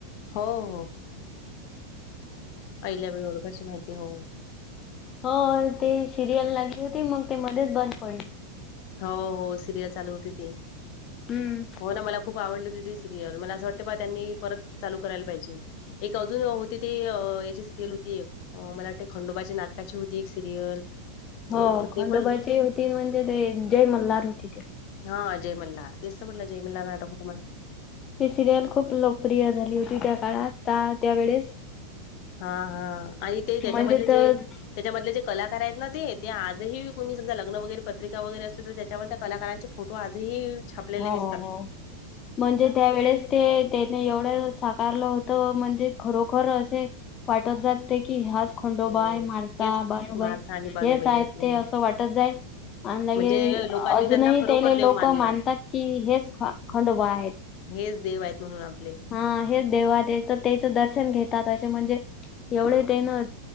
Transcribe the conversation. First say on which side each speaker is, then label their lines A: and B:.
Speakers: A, on the left; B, on the left.
A: हो हो आहिल्या बाई होळकर ची माहिती हो
B: हो ते सिरियल लागली होते मग ते मध्येच बंद पडल
A: हो हो सिरियल चालू होती ते
B: हम्म
A: हो ना मला खूप आवडली होते ते सिरियल मला असं वाटतं बा त्यांनी परत चालू करायला पाहिजे. एक अजून होती ती याची सिरियल होती एक मला वाटते खंडोबाच्या नाटकाची होती एक सिरियल
B: हो
A: अ,
B: खंडोबाची
A: ते पण
B: होती म्हणजे ते जय मल्हार होती ते
A: हा जयमल्लार तसं म्हटलं जय मल्हारटकत तुम्हाला
B: ती सिरियल खूप लोकप्रिय झाली होती त्या काळात त्या त्यावेेळेस
A: हा हा आणि ते त्याच्यामधले
B: म्हणजे तर
A: जे त्याच्यामधले जे कला खरयत ना ते ते आजही विकू कोणी समजा लग्न वगैरे पत्रिका वगैरे असल तर त्याच्यावर त्या कलाकारांचे फोटो आजही छापलेले
B: हा
A: दिसतात.
B: हा हा म्हणजे त्यावेेळेस ते त्याने एवढं साकारलं होतं म्हणजे खरोखर असे वाटत जात ते की ह्याच खंडोबाई
A: हं,
B: म्हारसा
A: हेच
B: बानुबाई
A: म्हापसा आणि बानुबाई
B: हेच आहेत
A: म्हणून.
B: ते असं वाटत जाई आणि
A: म्हणजे लोकांनी
B: अजूनही
A: त्यांना खरोखर
B: त्याले
A: देव
B: लोक
A: मानलंय.
B: मानतात की हेच ख खंडोबा आहेत.
A: हेच देव आहेत म्हणून आपले
B: हा हेच देवा त्याच त्याचं दर्शन घेतात असे म्हणजे एवढे ते ना